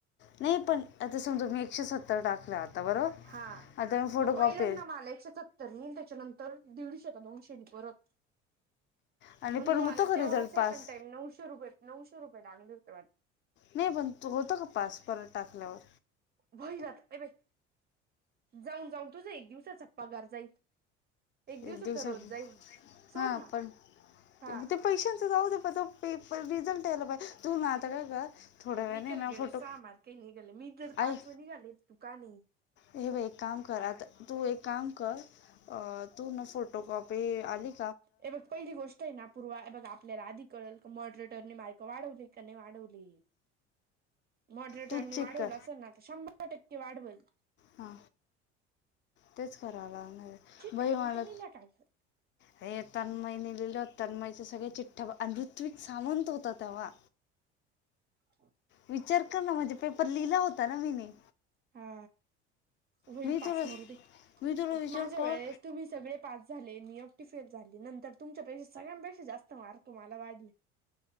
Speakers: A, on the left; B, on the right.
A: नाही पण आता समजा मी एकशे सत्तर टाकलं.... बरोबर
B: हा
A: आता मी फोटो
B: मग पहिल्यांदा
A: कॉपी
B: मालायच्या... तर म त्याच्यानंतर दीडशे का दोनशेनी परत...
A: आणि
B: म्हणजे
A: पण होतो
B: मला
A: का
B: तेव्हा
A: रिझल्ट
B: सेकंड
A: पास
B: टाईम नऊशे रुपये नऊशे रुपये लागले होते वाटत......
A: नाही पण तू होत का पास परत टाकल्यावर....
B: होऊन जातं दे बाई... जाऊन जाऊन तुझं एक दिवसाचा पगार जाईल. दिवसाचा
A: एक दिवसा
B: रोज जाईल ना सोड
A: हा
B: ना
A: पण
B: हा
A: ते पैशांचं जाऊ द पण.... पेपर रिझल्ट यायला पाहिजे तू ना आता काय कर. थोड्या वेळाने
B: निघल
A: ना
B: ग
A: फोटो
B: सहा मार्क आहे निघाल मी तर
A: आई
B: पाचव निघाले दुकानी....
A: हे ब एक काम कर आता तू एक काम कर तू ना फोटो कॉपी आणि....
B: परत पहिली गोष्ट.... य ना पूर्वा बघ आपल्याला आधी कळ मॉडरेटरनी मार्क वाढवली का नाही वाढवली... मॉडरेटरनी
A: तूच चेक
B: वाढवल
A: कर
B: असेल ना तर शंभर टक्के वाढवेल.
A: हा तेच करावं लागणार
B: चिट्ट्या
A: बाई
B: नव्हते
A: मला.
B: निला काय ग
A: हे तन्मय लिहलेले तन्यचा सगळे चठ्ठा ऋत्विक सावंत होता तेव्हा....
B: हो.....
A: विचार कर ना म्हणजे पेपर लिहिला होता ना मी ने....
B: हा होईल
A: मी
B: पास
A: तुला
B: मरु दे
A: मी तुला विचार
B: माझ्या
A: कर
B: वेळेस... तुम्ही सगळे पास झाले मी एकटी फेल झाले नंतर तुमच्यापेक्षा सगळ्यांपेक्षा जास्त मार्क मला वाढले.